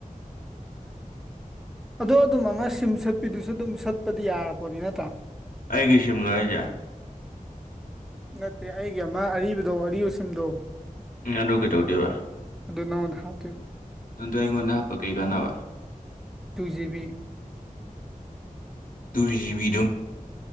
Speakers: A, in the centre; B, on the left.
A: ꯑꯗꯣ ꯑꯗꯨꯝ ꯑꯃ ꯁꯤꯝ ꯁꯠꯄꯤꯗꯨꯁꯨ ꯑꯗꯨꯝ ꯁꯠꯄꯗꯤ ꯌꯥꯂꯄꯣꯠꯅꯤ ꯅꯠꯇ꯭ꯔꯥ
B: ꯑꯩꯒꯤ ꯁꯤꯝꯂꯥ ꯍꯥꯏꯁꯤ꯫
A: ꯅꯠꯇꯦ ꯑꯩꯒꯤ ꯑꯃ ꯑꯔꯤꯕꯗꯣ ꯑꯔꯤꯕꯥ ꯁꯤꯝꯗꯣ
B: ꯎꯝ ꯑꯗꯨ ꯀꯩꯗꯧꯗꯨꯏꯕ
A: ꯑꯗꯨ ꯃꯉꯣꯟꯗꯥ ꯍꯞꯇꯨꯏꯕ
B: ꯅꯗ꯭ꯔ ꯑꯩꯉꯣꯟꯗ ꯍꯞꯄꯒ ꯀꯩ ꯀꯟꯅꯕꯥ
A: two GB
B: two GB